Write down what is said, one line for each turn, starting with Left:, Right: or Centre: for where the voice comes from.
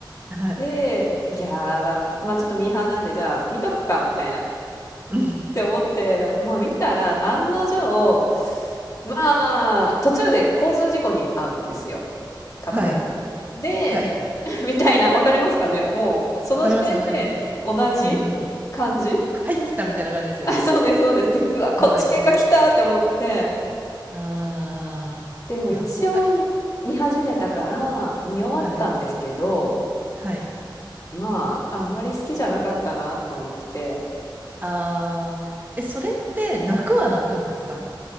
Right: はい。
Left: で、いやー、まあちょっとミーハーなんで、じゃあ見とくか、みたいな。っ
Right: うん。
Left: て思って、まあ見たら、案の定、まあ、途中で交通事故に遭うんですよ。片方が。
Right: はい。
Left: で、
Right: はい。
Left: <laughs> みたいな、わかりますかねもう、その時点で、
Right: わかります、わかります。
Left: 同じ感じ
Right: うんうん。はい、来たみたいな感じですよね。
Left: あ、<laughs> そうです、そうです。で、うわ、こっち系が来たって思って。
Right: わかります。ああ、
Left: でも一応見始めたから見終わったんですけど、
Right: やっぱり。はい。はい。
Left: まあ、あんまり好きじゃなかったなと思って。
Right: ああ、え、それって泣くは泣くんですか